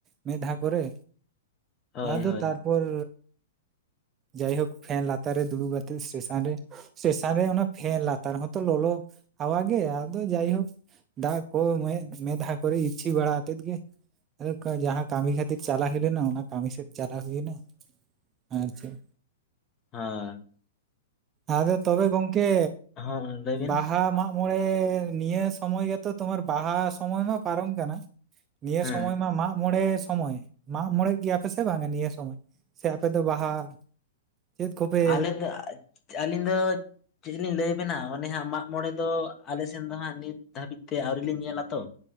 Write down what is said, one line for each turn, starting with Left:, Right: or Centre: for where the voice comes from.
Right: ᱢᱮᱫᱦᱟ ᱠᱚᱨᱮ
Left: ᱦᱳᱭ
Right: ᱟᱫᱚ
Left: ᱦᱳᱭ
Right: ᱛᱟᱨᱯᱚᱨ ᱡᱟᱭᱦᱳᱠ ᱯᱷᱮᱱ ᱞᱟᱛᱟᱨ ᱨᱮ ᱫᱩᱲᱩᱵ ᱟᱛᱮᱜ ᱤᱥᱴᱮᱥᱚᱱ ᱨᱮ ᱤᱥᱴᱮᱥᱚᱱ ᱨᱮ ᱚᱱᱟ ᱯᱷᱮᱱ ᱞᱟᱛᱟᱨ ᱦᱚᱸ ᱛᱚ ᱞᱚᱞᱚ ᱦᱟᱣᱟ ᱜᱮ ᱟᱫᱚ ᱡᱟᱭᱦᱳᱠ᱾ ᱫᱟᱜ ᱠᱚ ᱢᱮᱫ ᱢᱮᱫᱦᱟ ᱠᱚᱨᱮ ᱤᱨᱪᱤ ᱵᱟᱲᱟ ᱛᱮᱫ ᱜᱮ ᱟᱫᱚ ᱡᱟᱦᱟᱸ ᱠᱟᱹᱢᱤ ᱠᱷᱟᱹᱛᱤᱨ ᱪᱟᱞᱟᱣ ᱦᱩᱭ ᱞᱮᱱᱟ ᱚᱱᱟ ᱠᱟᱹᱢᱤ ᱥᱮᱫ ᱪᱟᱞᱟᱣ ᱦᱩᱭᱱᱟ᱾ ᱟᱨ ᱪᱮᱫ᱾
Left: ᱦᱟᱸ
Right: ᱟᱫᱚ ᱛᱚᱵᱮ ᱜᱚᱝᱠᱮ
Left: ᱦᱚᱸ ᱞᱟᱹᱭ ᱵᱤᱱ
Right: ᱵᱟᱦᱟ ᱢᱟᱜᱢᱚᱬᱮ ᱱᱤᱭᱟᱹ ᱥᱚᱢᱚᱭ ᱜᱮᱛᱚ ᱛᱳᱢᱟᱨ ᱵᱟᱦᱟ ᱥᱚᱢᱚᱭ ᱢᱟ ᱯᱟᱨᱚᱢ ᱟᱠᱟᱱᱟ᱾ ᱱᱤᱭᱟᱹ
Left: ᱦᱮᱸ
Right: ᱥᱚᱢᱚᱭ ᱢᱟ ᱢᱟᱜ ᱢᱚᱬᱮ ᱥᱚᱢᱚᱭ᱾ ᱢᱟᱜᱢᱚᱬᱮᱜ ᱜᱮᱭᱟ ᱯᱮ ᱥᱮ ᱵᱟᱝᱟ ᱱᱤᱭᱟᱹ ᱥᱚᱢᱚᱭ? ᱥᱮ ᱟᱯᱮ ᱫᱚ ᱵᱟᱦᱟ ᱪᱮᱫ ᱠᱚᱯᱮ
Left: ᱟᱞᱮ ᱫᱚ ᱟᱹᱞᱤᱧ ᱫᱚ ᱪᱮᱫ ᱞᱤᱧ ᱞᱟᱹᱭ ᱟᱵᱤᱱᱟ ᱚᱱᱮ ᱦᱟᱸᱜ ᱢᱟᱜᱢᱚᱬᱮ ᱫᱚ ᱟᱞᱮ ᱥᱮᱱ ᱫᱚ ᱦᱟᱸᱜ ᱱᱤᱛ ᱫᱷᱟᱹᱵᱤᱡ ᱛᱮ ᱟᱹᱣᱨᱤ ᱞᱤᱧ ᱧᱮᱞᱟ ᱛᱚ᱾